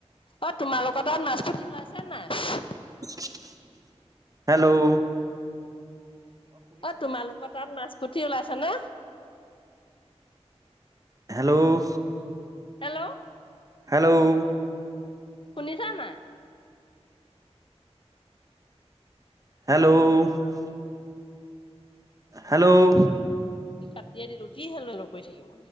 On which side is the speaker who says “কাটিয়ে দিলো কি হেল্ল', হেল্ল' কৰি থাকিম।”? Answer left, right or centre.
Left